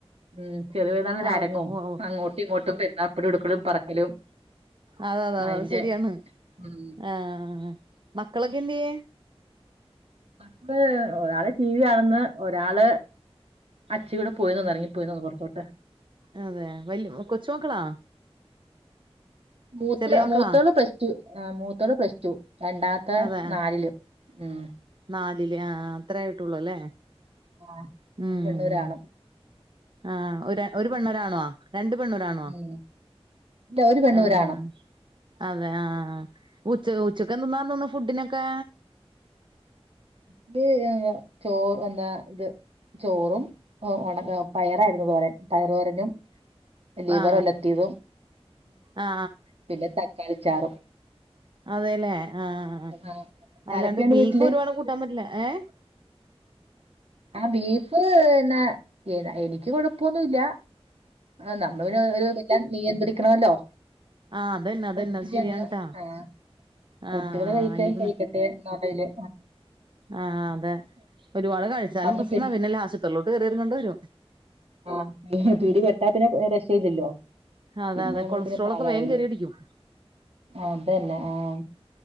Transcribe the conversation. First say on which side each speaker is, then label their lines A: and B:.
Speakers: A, on the right; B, on the right.
A: ഉം ചെറിയ പെരുന്നാളിനല്ലേ
B: ആഹ്
A: അരങ്ങും
B: ഓ ഓ
A: അങ്ങോട്ടും ഇങ്ങോട്ടും പെരുന്നാപ്പടി എടുക്കലും പറക്കലും
B: അത അതെ അത
A: അയിന്റെ
B: അത് ശെരിയാണ്
A: ഉം
B: ആഹ് മക്കളൊക്കെ എന്ത്യേ
A: മക്കള് ഒരാള് ടി വി കാണ്ന്ന് ഒരാള് അച്ചി കൂടെ പോയിന്ന് ഒന്ന് ഇറങ്ങിപ്പോയിന്നൊന്ന് പുറത്തോട്ട്
B: അതെ വലിയ കൊച്ചുമക്കളാണോ
A: മൂ
B: ചെറിയ മക്കളാ
A: മൂത്തോള് പ്ലസ് ടു ആഹ് മൂത്തോള് പ്ലസ് ടു രണ്ടാ ഇപ്പ
B: അതെ
A: നാലിലും ഉം
B: നാലില് ആഹ് അത്ര ആയിട്ടുള്ളൂ അല്ലേ
A: ആഹ്
B: ഉം
A: ഒരു പെണ്ണും ഒരാണും
B: ആഹ് ഒര് ഒരു പെണ്ണൊരാണോ രണ്ണ്ട് പെണ്ണും ഒരാണോ
A: ഉം ഇല്ല ഒരു പെണ്ണും
B: ഏഹ്
A: ഒരാണും
B: അതെ ആ ഉച്ച ഉച്ചക്ക്‌ എന്ത്ന്നാന്ന് ഫുഡിനൊക്കെ
A: ഇത് ചോറ് എന്താ ഇത് ചോറും ഉണ പയറായിരുന്നു തോരൻ പയറ് തോരനും ലിവർ
B: ആ
A: ഒലത്തിയതും
B: ആ
A: പിന്നെ തക്കാളി ചാറും
B: അതെല്ലേ ആഹ്
A: ആഹ്
B: അല്ലാണ്ട്
A: ആരൊക്കെയുണ്ട്
B: ബീഫ്
A: വീട്ടില്
B: ഒരുപാട് കൂട്ടാൻ പറ്റില്ല ഏഹ്
A: ആഹ് ബീഫ് എന്ന ഏ എനിക്ക് കൊഴപ്പൊന്നുല്ല ആ നമ്മള് പിന് ഒരു വല്ലാം നിയന്ത്രിക്കണല്ലോ
B: ആ അതന്നെ അതന്നെ
A: ഒത്തിരി
B: അത് ശരിയാണ്ട്ടാ
A: അങ്ങ് ആഹ്
B: ആ
A: കൂട്ടികള് കഴിക്കാൻ
B: അല്ലെ
A: കഴിക്ക ട്ടെ എന്ന ഒള്ള ഇയില്
B: ആഹ് അതെ ഒരുപാട് കഴിച്ചാലും
A: അന്ന്
B: പ്രശ്നാ
A: പി
B: പിന്നെല്ലാം ആശുപത്രിയിലോട്ട് കയറി എറങ്ങേണ്ടി വരും
A: ആഹ് പിടി പെട്ടാ പിന്നെ രക്ഷയില്ലല്ലോ
B: അതെ
A: പിന്നെ
B: അതെ
A: നമ്മള്
B: കൊളസ്ട്രോൾ
A: പിന്നെ പാലാവൂല്ലേ
B: ഒക്കെ വേഗം കേറി അടിക്കും
A: അതന്നെ ആഹ